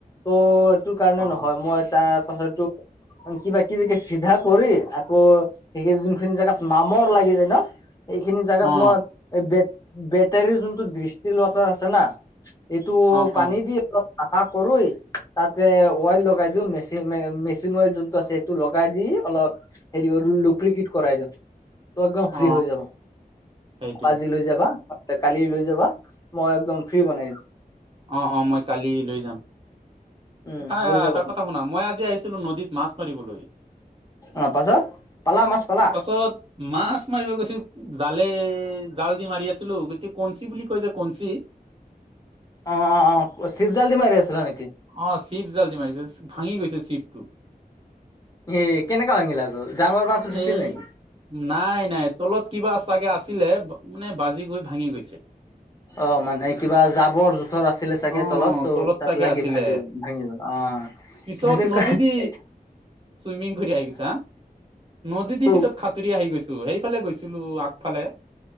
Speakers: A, on the left (about 25°); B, on the right (about 35°).
A: ত' এইটো কাৰণে
B: অ
A: নহয় মই তাৰ পাছতো কিবা কিবিকে চিধা কৰি আকৌ সেই যোনখিনি জোগাত মামৰ লাগি যায় ন এইখিনি জেগাত
B: অ
A: মই বেত বেটাৰীৰ যোনটো দৃষ্টি লটাৰ আছে না- এইটো
B: অ
A: পানী
B: অ
A: দি অ- চাফা কৰোৱেই তাতে অৱইল লগাই দিওঁ মেচি মেচিন অৱইল। যোনটো আছে সেইটো লগাই দি অলপ হেৰি কৰ লুপৰিকিট কৰাই দিও। ত একদম
B: অ
A: ফ্ৰী হৈ যাবা
B: সেইটোৱে
A: আজি লৈ যাবা কালি লৈ যাবা মই‌ একদম ফ্ৰী বনাই দিম।
B: অঁ অঁ মই কালি লৈ যাম।
A: উম
B: তা
A: লৈ যাবা
B: তাৰ
A: তুমি।
B: কথা শুনা মই আজি আহিছিলো নদীত মাছ মাৰিবলৈ।
A: অঁ পাছত পালা মাছ পালা।
B: পাছত মাছ মাৰিব গৈছো জালে জাল দি মাৰি আছিলো গতিকে কঞ্চি বুলি কয় যে কঞ্চি
A: অঁ অঁ অঁ চিৱ জাল্দি মাৰি থৈ আছিল নেকি।
B: অঁ চিপ জাল্দি মাৰিছো ভাঙি গৈছে চিপটো।
A: এই কেনেকে ভাঙিলে আৰু ডাঙৰ মাছ উঠিছিল
B: এই
A: নেকি?
B: নাই নাই তলত কিবা চাগে আছিলে মানে বাজি গৈ ভাঙি গৈছে।
A: অঁ মানে কিবা জাবৰ জোথ থৰ আছিলে চাগে
B: অ
A: তলত ত' তাত
B: চাগে
A: লাগি
B: আছিলে
A: ভাজি ভাঙি গল অঁ।
B: পিছত নদী দি চুইমিং ঘদি আহি গৈছা হাঁ নদী দি
A: ক
B: পিছত খাতুৰি আহি গৈছো হেই। ফালে গৈছিলো আগফালে।